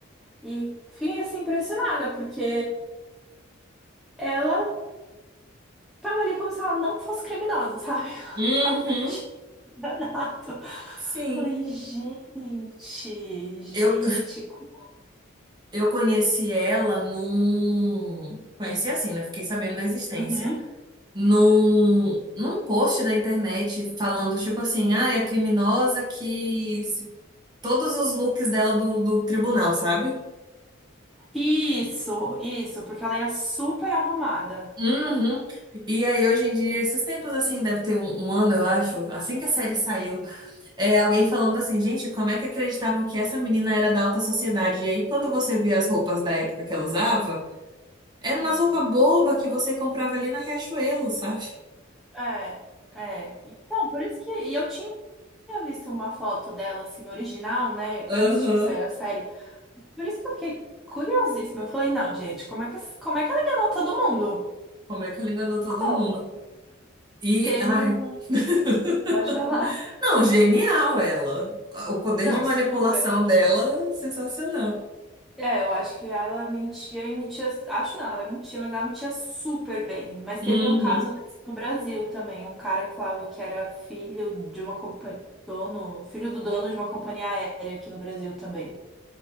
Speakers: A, in the centre; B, on the right.
A: e fiquei assim impressionada porque ela tava ali como se ela não fosse criminosa, sabe? <laughs>
B: Uhum.
A: Se Ela não tinha enganado.
B: Sim.
A: Falei, gente, gente,
B: Eu,
A: como?
B: <laughs> eu conheci ela num. Conheci assim, né? Fiquei sabendo da existência.
A: Uhum.
B: Num, num post da internet falando, tipo assim, ah, é a criminosa que. se- Todos os looks dela do, do tribunal, sabe?
A: Isso, isso, porque ela ia super arrumada.
B: Uhum. E aí, hoje em dia, esses tempos assim, deve ter um, um ano, eu acho, assim que a série saiu, é alguém falando assim, gente, como é que acreditavam que essa menina era da alta sociedade? E aí, quando você vê as roupas da época que ela usava. Era umas
A: Uhum.
B: roupa boba que você comprava ali na Riachuelo, sabe?
A: É, é. Então, por isso que e eu tinha tinha visto uma foto dela, assim, original, né?
B: Aham.
A: Antes de sair a série. Por isso que eu fiquei curiosíssima. Eu falei, não, gente, como é que, como é que ela enganou todo mundo?
B: Como é que ela enganou todo
A: Como?
B: mundo? E,
A: Teve
B: ai.
A: um.
B: <laughs>
A: Pode falar.
B: Não, genial ela. O poder
A: Não,
B: de manipulação
A: super.
B: dela, sensacional.
A: É, eu acho que ela mentia e mentia. Acho não, ela mentia, mas ela mentia super bem. Mas teve
B: Uhum.
A: um caso desse no Brasil também. Um cara que falava que era filho de uma companhia. Dono, filho do dono de uma companhia aérea aqui no Brasil também.